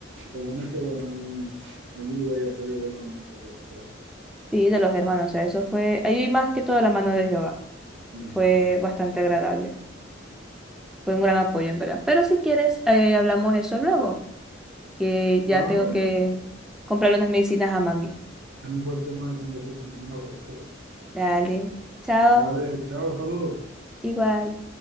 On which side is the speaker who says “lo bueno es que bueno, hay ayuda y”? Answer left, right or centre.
Right